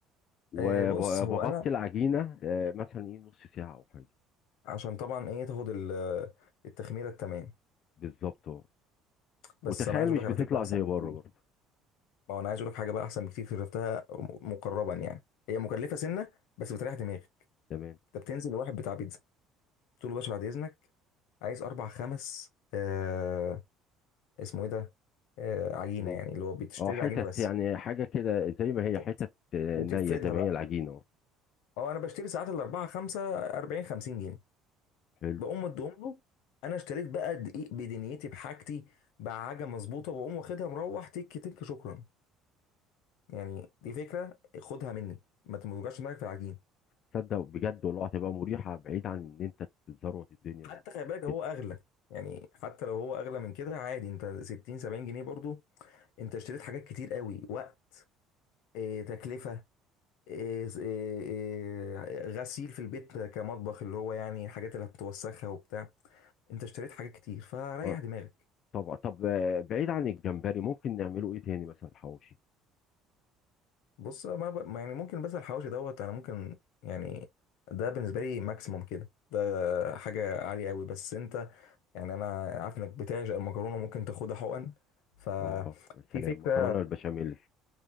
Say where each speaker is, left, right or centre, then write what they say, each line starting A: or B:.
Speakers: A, on the left; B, on the left.
A: وبغطي
B: آه بص هو انا
A: العجينه آه، مثلا ايه نص ساعه او حاجه
B: عشان طبعا ايه تاخد ال- التخميره التمام
A: بالظبط اه
B: بس
A: وتخيل
B: انا عايز
A: مش
B: اقول لك
A: بتطلع
B: على فكره احسن
A: زي بره
B: بكتير
A: برضه
B: ما هو انا عايز اقول لك حاجه بقى احسن بكتير شفتها م- مقربا يعني هي مكلفه سنه بس بتريح دماغي
A: تمام
B: انت بتنزل لواحد بتاع بيتزا تقول له باشا بعد اذنك عايز اربع خمس آه اسمه ايه ده آه عجينه
A: مم.
B: يعني اللي هو بتشتري
A: اه حتت
B: العجينه بس
A: يعني حاجة كده زي ما
B: حتت
A: هي حتت آه،
B: وتفردها
A: نية زي ما
B: بقى
A: هي العجينة اهو.
B: اه انا بشتري ساعات الاربعه خمسه 40 50 جنيه
A: حلو
B: بقوم مديهم له انا اشتريت بقى دقيق بدنيتي بحاجتي بعجة مظبوطه بقوم واخدها مروح تك تك شكرا يعني دي فكره خدها مني ما توجعش دماغك في العجين
A: تصدق بجد والله هتبقى مريحة بعيد عن ان انت تتزروت الدنيا وكده
B: حتى خلي بالك هو اغلى يعني حتى لو هو اغلى من كده عادي انت 60 70 جنيه برضو انت اشتريت حاجات كتير قوي وقت اه تكلفه اه س- اه اه غسيل في البيت كمطبخ اللي هو يعني الحاجات اللي هتوسخها وبتاع انت اشتريت حاجات كتير فريح
A: اه
B: دماغك
A: طبعا طب آه، بعيد عن الجمبري ممكن نعمله ايه تاني مثلا حواوشي
B: بص ما ب... ما يعني ممكن بس الحواوشي دوت انا ممكن يعني ده بالنسبه لي ماكسيموم كده ده حاجه عاليه قوي بس انت يعني انا عارف انك بتعشق المكرونه ممكن تاخدها حقن ففي
A: اه يا سلام
B: فكره
A: مكرونة البشاميل